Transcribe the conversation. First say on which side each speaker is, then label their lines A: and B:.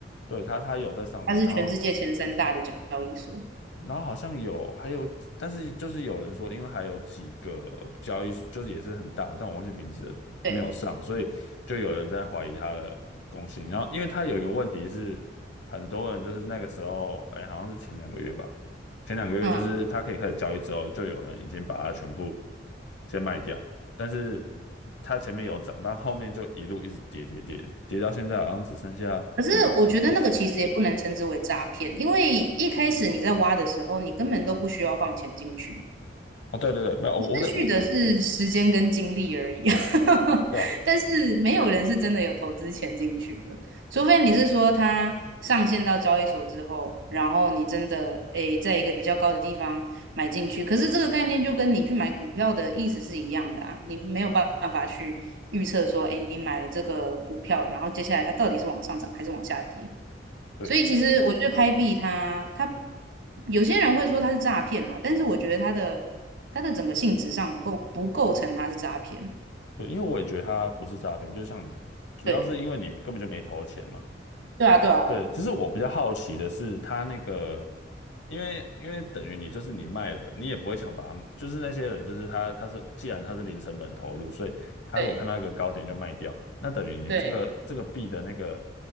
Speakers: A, on the left; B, on the right.
A: 对它它有在上面，
B: 它是全世界前三大的交易所。
A: 然后然后好像有，还有，但是就是有人说，因为还有几个交易，就是也是很大，但我忘记名字了没有上，
B: 对，
A: 所以就有人在怀疑他的公信力然后，因为他有一个问题是，很多人就是那个时候，哎，好像是前两个月吧，前两个月就是他可以开始交易之后，
B: 嗯。
A: 就有人已经把它全部先卖掉，但是它前面有涨，但后面就一路一直跌跌跌，跌到现在好像只剩下
B: 可是我觉得那个其实也不能称之为诈骗，
A: 零点几。
B: 因为一开始你在挖的时候，你根本都不需要放钱进去，
A: 哦，对对对，没有，我我在我
B: 失去的是时间跟精力而已。<laughs>
A: 对啊。
B: 但是没有人是真的有投资钱进去的，除非你是说他上线到交易所之后，然后你真的诶在一个比较高的地方买进去。可是这个概念就跟你去买股票的意思是一样的啊，你没有办法去预测说，诶你买了这个股票，然后接下来它到底是往上涨还是往下跌。
A: 对。
B: 所以其实我觉得拍币它它有些人会说它是诈骗啦，但是我觉得它的它的整个性质上不构不构成它是诈骗。
A: 对，因为我也觉得它不是诈骗，就像你主要是因为你根本就没投钱嘛。
B: 对对啊，对啊，
A: 对，只是我比较好奇的是，它那个，因为因为等于你就是你卖了，你也不会想把它，就是那些人，就是他他是既然他是零成本投入，所以他如果看到一个高点就卖掉，
B: 对
A: 那等于你这个这个币的那个
B: 对。